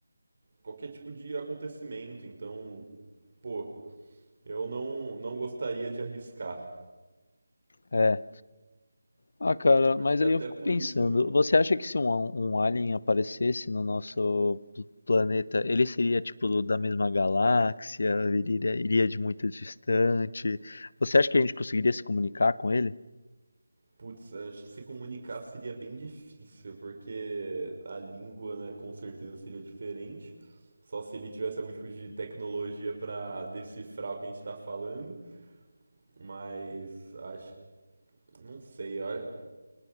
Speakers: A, on the right; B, on the left.
A: qualquer tipo de acontecimento. Então, pô, eu não, não gostaria de arriscar.
B: é, Ah, cara,
A: Acho
B: mas
A: que
B: aí
A: até
B: eu fico
A: por
B: pensando,
A: isso
B: você acha que se um, a- um alien aparecesse no nosso pl- planeta, ele seria tipo do- da mesma galáxia, viria, iria de muito distante? Você acha que a gente conseguiria se comunicar com ele?
A: Putz, acho que se comunicar seria bem difícil, porque a língua, né, com certeza seria diferente. Só se ele tivesse algum tipo de tecnologia pra decifrar o que a gente tá falando. Mas acho, não sei, eu acho